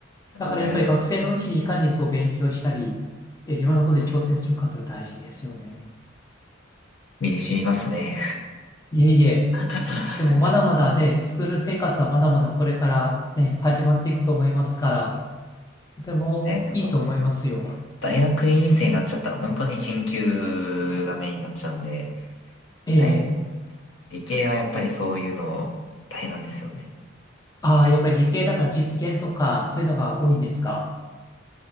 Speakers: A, on the left; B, on the left.
A: なるほどね。
B: だからやっぱり学生のうちにいかにそう勉強したり、えーいろんなことに挑戦するかっていうのは大事ですよね。
A: 身に染みますね。
B: いえいえ。
A: <laughs>
B: でもまだまだね、スクール生活はまだまだこれからね、始まっていくと思いますから、とてもいいと思いますよ。
A: え、でも、大学院生になっちゃったら本当に研究がメインになっちゃうんで、
B: ええ。
A: 大学理系はやっぱりそういうの大変なんですよね。
B: ああ、
A: あそう
B: やっぱり理系だから実験とかそういうのが多いんですか。